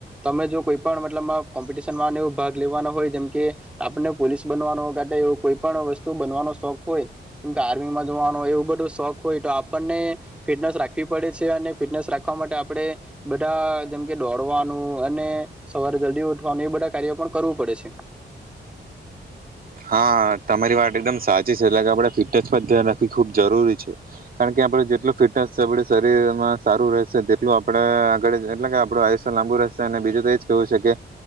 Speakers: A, in the centre; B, on the right (about 50°).
A: તમે જો કોઈ પણ મતલબ કોમ્પિટિશનમાં એવ ભાગ લેવાનો હોય જેમ કે આપને પોલીસ બનવાનો એવું કોઈ પણ વસ્ તુ બનવાનો શોખ હોય. જેમ આર્મીમાં જોવાનો હોય એવું બધું શોખ હોય. તો આપણને ફિટનેસ રાખવી પડે છે. અને ફિટનેસ રાખવા માટે આપણે બધા જેમકે દોડવાનું અને સવારે જલ્દી ઉઠવાનું એ બધા કાર્યો પણ કરવું પડે છે.
B: હા તમારી વાત એકદમ સાચી છે. એટલે કે આપણે ફિટનેસ પર ધ્યાન રાખવી ખૂબ જરૂરી છે. કારણ કે આપડ જેટલું ફિટનેસ આપડ શરીરમાં સારું રહેશે તેટલું આપણે આગળ એટલે કે આપણું આયુષ્ય લાંબુ રહેશે અને બીજું તો એજ કેવું છે. કે